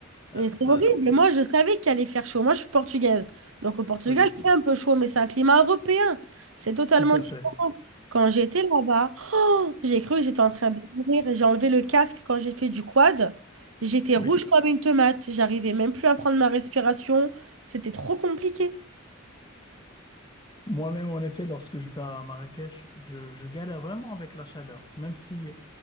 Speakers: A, on the right; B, on the left.
A: Et
B: euh,
A: c'est
B: ça...
A: horrible. Moi, je savais qu'il allait faire chaud. Moi, je suis portugaise. Donc au Portugal,
B: Oui,
A: il fait un peu chaud, mais c'est un climat européen. C'est totalement
B: tout à
A: différent.
B: fait.
A: Quand j'étais là-bas, oh, j'ai cru que j'étais en train de mourir. J'ai enlevé le casque quand j'ai fait du quad. J'étais
B: Oui.
A: rouge comme une tomate. J'arrivais même plus à prendre ma respiration. C'était trop compliqué.
B: Moi-même, en effet, lorsque je pars à Marrakech, je, je galère vraiment avec la chaleur. Même si